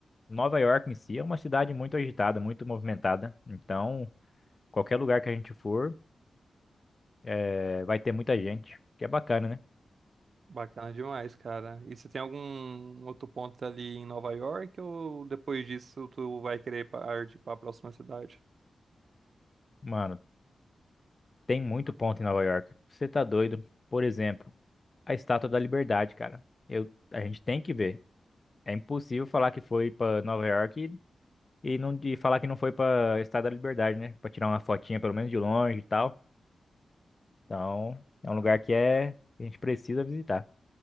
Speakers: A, on the left (about 35°); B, on the right (about 60°).
A: Nova York em si é uma cidade muito agitada, muito movimentada. Então, qualquer lugar que a gente for, eh, vai ter muita gente, que é bacana, né?
B: Bacana demais, cara. E você tem algum outro ponto ali em Nova York ou depois disso tu vai querer partir para a próxima cidade?
A: Mano, tem muito ponto em Nova York. Você tá doido? Por exemplo, a Estátua da Liberdade, cara. Eu, a gente tem que ver. É impossível falar que foi pra Nova York e, e não e falar que não foi pra Estado da Liberdade, né? Pra tirar uma fotinha pelo menos de longe e tal. Então, é um lugar que é que a gente precisa visitar.